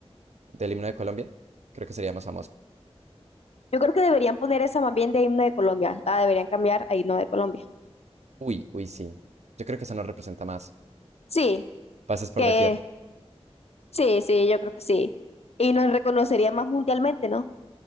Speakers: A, on the right (about 90°); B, on the left (about 70°).
A: del himno de Colombia. Creo que sería más famosa.
B: Yo creo que deberían poner esa más bien de himno de Colombia. La deberían cambiar a himno de Colombia.
A: Uy, uy, sí. Yo creo que eso nos representa más.
B: Sí,
A: Pases por
B: que
A: Doquier.
B: sí, sí, yo creo que sí. Y nos reconocería más mundialmente, ¿no?